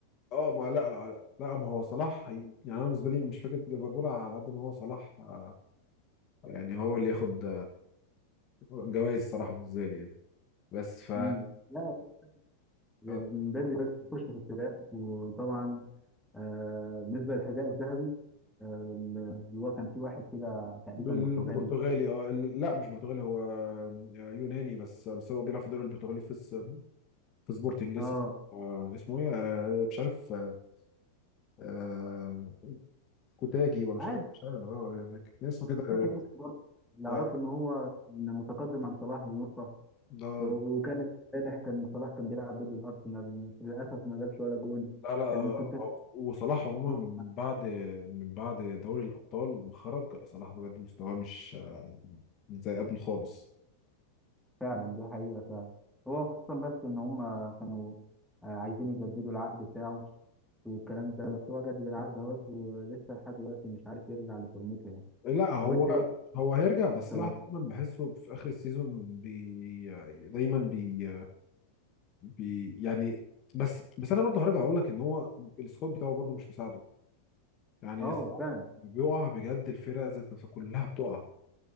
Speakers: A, on the left (about 35°); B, in the centre.
A: اه ما لا لا ما هو صلاح هي- يعني انا بالنسبه لي مش فكره ليفربول على قد ما هو صلاح آه، يعني هو اللي ياخد جوائز الصراحه بالنسبه لي يعني بس ف
B: امم لا من
A: آه،
B: بدري بدري يخش في السباق وطبعا آه، بالنسبه للحذاء الذهبي آه، اللي هو كان في واحد كده تقريبا
A: بالبرتغالي
B: برتغالي
A: اه ال- لا مش برتغالي هو آه، يوناني بس بس هو بيلعب في الدوري البرتغالي في س- في سبورتنج اسمه
B: اه
A: آه، اسمه ايه آه، مش عارف آه، آه، كوتاجي ولا مش
B: عادي
A: عارف مش عارف اه يعني كان اسمه
B: مش
A: كده آه،
B: فاكر اسمه برضه اللي
A: آه،
B: اعرفه ان هو إن متقدم عن صلاح بنقطه
A: لا
B: وكان امبارح كان صلاح كان بيلعب ضد الارسنال للاسف ما جابش ولا جون
A: لا آه،
B: كان كنت
A: آه، وصلاح عموما
B: جون
A: من بعد من بعد دوري الابطال ما خرج صلاح بجد مستواه مش آه، مش زي قبل خالص
B: فعلا دي حقيقة فعلا هو خصوصا بس إن هم كانوا آه، عايزين يجددوا العقد بتاعه والكلام ده بس هو جدد العقد اهوت ولسه لحد دلوقتي مش عارف يرجع لفورمته يعني
A: لا هو
B: وبالتالي
A: هو هيرجع بس
B: ده
A: صلاح دايما بحسه في اخر السيزون بي دايما بي بي يعني بس بس انا برضه هرجع اقول لك ان هو السكواد بتاعه برضه مش مساعده يعني
B: اه
A: صلاح
B: فعلا
A: بيقع بجد الفرقه ذات نفسها كلها بتقع